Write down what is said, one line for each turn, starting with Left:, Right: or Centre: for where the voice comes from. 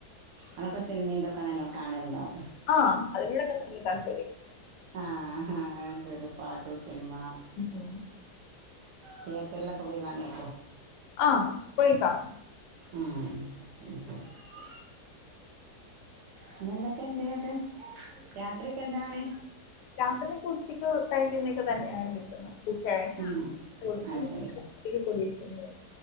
Right: അതൊക്കെ സിനിമന്തൊക്കെ നല്ലോണം കാണലുണ്ടാവും
Left: ആഹ് അതിനോടൊക്കെ നല്ല താല്പര്യം
Right: ആഹ് ആഹ് ശരി പാട്ട് സിനിമ-
Left: ഉം
Right: തിയേറ്ററിലൊക്കെ പോയി കാണക്കോ
Left: ആഹ് പോയി കൊയ്ക്കാണും
Right: ഊം <unintelligible> പിന്നെ എന്തൊക്കെണ്ട് ന്നിട്ട് രാത്രി ഒക്കെ എന്താണ്
Left: രാത്രിയൊക്കെ ഉച്ചക്ക് കഴിക്കുന്നേക്ക തന്നെയാണ് എടുക്കുന്നത് ചേട്ടൻ
Right: ഉം
Left: കൊടുക്കും
Right: അത് ശെരി
Left: രാത്രിയില് പൊടിയിരിക്കഞ്ഞിയാ